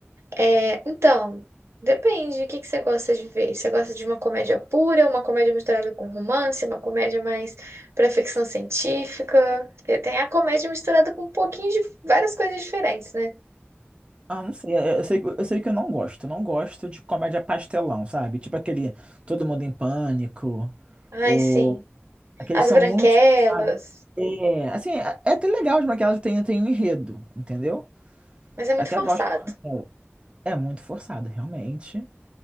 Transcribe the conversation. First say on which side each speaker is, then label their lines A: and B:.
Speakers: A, on the right (about 70°); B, on the right (about 25°).
A: É, então, depende, o que que você gosta de ver? Você gosta de uma comédia pura, uma comédia misturada com romance, uma comédia mais pra ficção científica? Porque tem a comédia misturada com um pouquinho de várias coisas diferentes, né?
B: Ah, não sei. Eu eu sei, que- eu sei que eu não gosto. Eu não gosto de comédia pastelão, sabe? Tipo aquele Todo Mundo em Pânico,
A: Ai,
B: ou
A: sim.
B: aqueles
A: As
B: são
A: Branquelas.
B: muito. É, assim, é é até legal de que ela tem, tem um enredo, entendeu?
A: Mas é
B: Eu
A: muito
B: até
A: forçado.
B: gosto dela. É muito forçado, realmente.